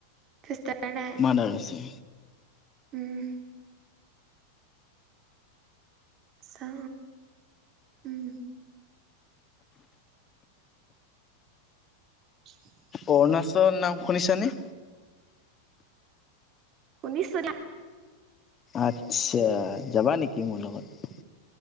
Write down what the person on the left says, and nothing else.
মাডাৰ আছে।
অৰুণাচল নাম শুনিছা নে,
আচ্ছা যাবা নেকি মোৰ লগত?